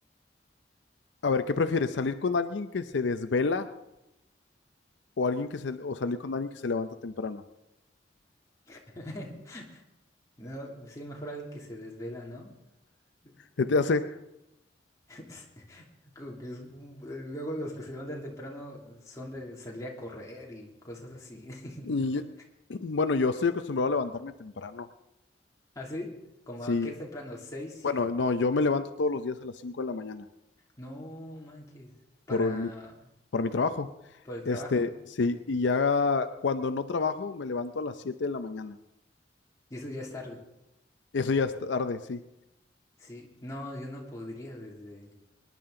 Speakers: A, on the left (about 75°); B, on the left (about 15°).
A: A ver, ¿qué prefieres? ¿Salir con alguien que se desvela o alguien que se, o salir con alguien que se levanta temprano?
B: <laughs> No, sí, mejor alguien que se desvela, ¿no? <laughs>
A: ¿Qué te hace?
B: Es Como que es- un- luego los que se levantan temprano son de salir a correr y cosas así. <laughs>
A: Y <clears throat> yo- bueno, yo estoy acostumbrado a levantarme temprano.
B: ¿Así? Como
A: Sí,
B: que es temprano, ¿seis, siete?
A: bueno, no, yo me levanto todos los días a las 5 de la mañana
B: No manches, para,
A: por mi, por mi trabajo.
B: para el trabajo.
A: Este, sí, y ya cuando no trabajo me levanto a las 7 de la mañana.
B: Y eso ya es tarde.
A: Eso ya es tarde, sí.
B: Sí, no, yo no podría desde...